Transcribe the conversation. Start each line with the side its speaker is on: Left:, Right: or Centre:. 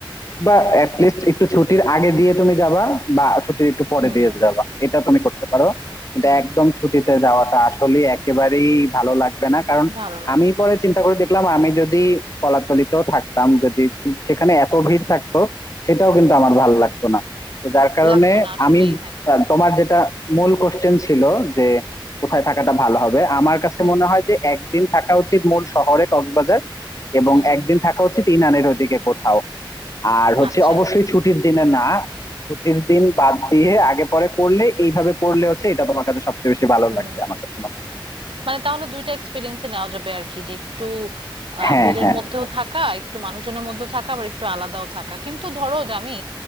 Left: বা এট লিস্ট একটু ছুটির আগে দিয়ে তুমি যাবা বা ছুটির একটু পরে
Right: হুম
Left: দিয়ে
Right: হুম
Left: যাবা এটা তুমি করতে পারো কিন্তু
Right: হুম,
Left: একদম
Right: হুম,
Left: ছুটিতে যাওয়াটা আসলে একেবারেই ভালো লাগবে না কারণ
Right: ভালো লাগবে
Left: আমি
Right: না
Left: পরে
Right: হুম,
Left: চিন্তা করে দেখলাম আমি যদি কলাতলিতেও থাকতাম যদি সেখানে এত ভিড় থাকতো সেটাও কিন্তু আমার ভালো লাগতো না তো যার কারণে
Right: লাগতো না আসলেই
Left: আমি
Right: হ্যাঁ
Left: আহ, তোমার যেটা মূল কোশ্চেন ছিল যে কোথায় থাকাটা ভালো হবে আমার কাছে
Right: হুম
Left: মনে হয় যে একদিন থাকা উচিত মূল শহরে কক্সবাজার এবং
Right: হুম
Left: একদিন থাকা উচিত ইনানের ওদিকে কোথাও আর হচ্ছে
Right: আচ্ছা
Left: অবশ্যই ছুটির দিনে না, ছুটির দিন বাদ দিয়ে আগে পরে করলে এইভাবে করলে হচ্ছে এটা তোমার কাছে সবচেয়ে বেশি ভালো
Right: হুম
Left: লাগবে আমার কাছে মনে হয়।
Right: মানে তাহলে দুইটা এক্সপিরিয়েন্সই নেওয়া যাবে আর কি যে একটু আহ,
Left: হ্যাঁ
Right: ভিড়ের
Left: হ্যাঁ
Right: মধ্যেও থাকা একটু মানুষজনের মধ্যেও থাকা আবার একটু আলাদাও থাকা কিন্তু ধরো যে আমি